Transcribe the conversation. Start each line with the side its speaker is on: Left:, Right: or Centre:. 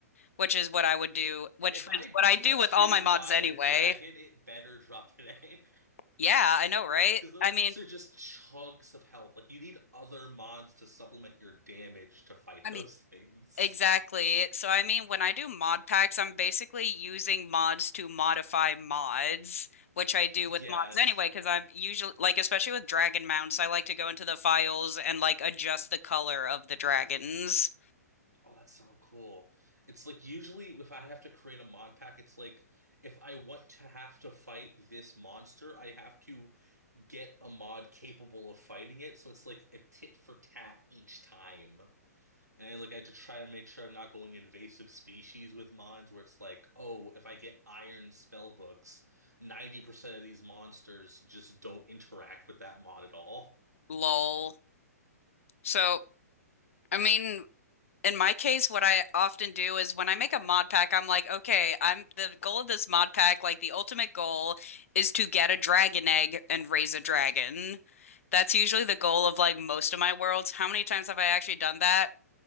Left: which is what I would do, which
Right: If I
Left: is
Right: beat
Left: what I do
Right: a
Left: with
Right: tier
Left: all my
Right: five
Left: mods anyway.
Right: dragon, it better drop an egg.
Left: Yeah, I know, right?
Right: Because those
Left: I mean,
Right: things are just chunks of health. Like you need other mods to supplement your damage to fight
Left: I
Right: those
Left: mean,
Right: things.
Left: Exactly. So, I mean, when I do mod packs, I'm basically using mods to modify mods, which I do
Right: Yeah.
Left: with mods anyway, because I'm usually, like, especially with dragon mounts, I like to go into the files and, like, adjust the color of the dragons.
Right: Oh, that's so cool. It's like usually if I have to create a mod pack, it's like if I want to have to fight this monster, I have to get a mod capable of fighting it. So it's like a tit for tat each time. And I like I had to try to make sure I'm not going invasive species with mines where it's like, oh, if I get iron spell books, 90% of these monsters just don't interact with that mod at all.
Left: Lol. So, I mean, In my case, what I often do is when I make a mod pack, I'm like, okay, I'm the goal of this mod pack, like the ultimate goal is to get a dragon egg and raise a dragon. That's usually the goal of like most of my worlds. How many times have I actually done that?